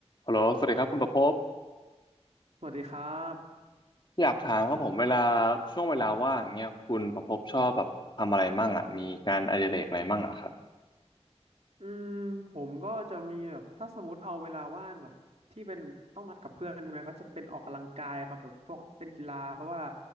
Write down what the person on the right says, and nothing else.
สวัสดีครับ
อืมผมก็จะมีแบบถ้าสมมติเอาเวลาว่างแบบที่เป็นต้องนัดกับเพื่อนใช่ไหมก็จะเป็นออกกำลังกายครับแบบพวกเป็นกีฬาเพราะว่า